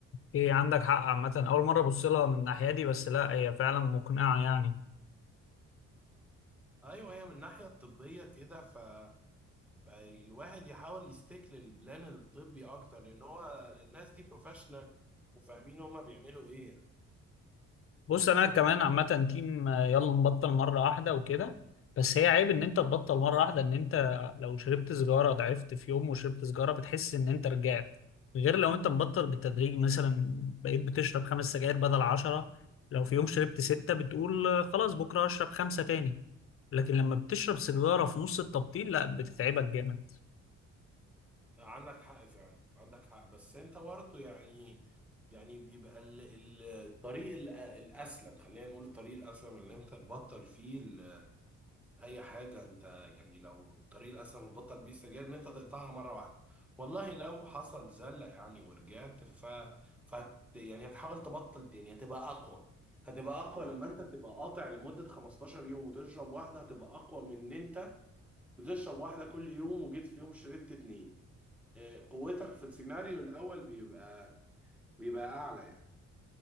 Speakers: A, on the left (about 45°); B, in the centre.
A: ايه عندك حق عامة أول مرة أبص لها من الناحية دي بس لا هي فعلا مقنعة يعني
B: ايوه هي من الناحية الطبية كده ف فالواحد يحاول يستيك للبلان الطبي اكتر لان هو الناس دي بروفيشنال وفاهمين هما بيعملوا ايه
A: بص أنا كمان عامة تيم آه، يلا نبطل مرة واحدة وكده بس هي عيب إن أنت تبطل مرة واحدة إن أنت لو شربت سيجارة ضعفت في يوم وشربت سيجارة بتحس إن أنت رجعت غير لو أنت مبطل بالتدريج مثلا بقيت بتشرب خمس سجاير بدل عشرة لو في يوم شربت ستة بتقول آه، خلاص بكرة هشرب خمسة تاني لكن لما بتشرب سيجارة في نص التبطيل لا بتتعبك جامد
B: عندك حق فعلا عندك حق بس انت برضه يعني يعني بيبقى ال- ال- الطريق ال- الاسلم خلينا نقول الطريق الاسلم اللي انت تبطل فيه ال- اي حاجه انت يعني لو الطريق الاسلم اللي تبطل بيه السجاير ان انت تقطعها مره واحده والله لو حصل زله يعني ورجعت ف, ف يعني هتحاول تبطل تاني هتبقى اقوى هتبقى اقوى لما انت تبقى قاطع لمده 15 يوم وتشرب واحده هتبقى اقوى من ان انت بتشرب واحده كل يوم وجيت في يوم شربت اتنين قوتك في السيناريو الاول بيبقى بيبقى اعلى يعني